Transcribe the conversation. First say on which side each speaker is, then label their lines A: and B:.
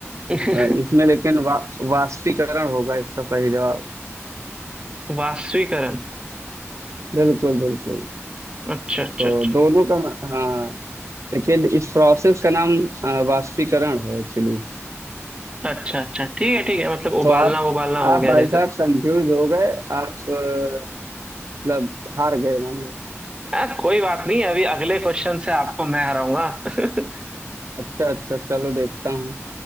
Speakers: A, on the right (about 20°); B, on the right (about 75°).
A: <laughs>
B: अ, इसमें लेकिन वा, वाष्पीकरण होगा इसका सही जवाब
A: वाष्पीकरण
B: बिल्कुल बिल्कुल
A: अच्छा अच्छा
B: तो
A: अच्छा
B: दोनों का हाँ लेकिन इस प्रोसेस का नाम अ, वाष्पीकरण है एक्चुअली
A: अच्छा अच्छा ठीक है ठीक है मतलब उबालना
B: तो आप
A: उबालना हो
B: आप
A: गया
B: भाई
A: जैसे
B: साहब कंफ्यूज हो गए आप अ, मतलब हार गए मान लो
A: आ, कोई बात नहीं अभी अगले क्वेश्चन से आपको मैं हराऊंगा <laughs>
B: अच्छा अच्छा चलो देखता हूँ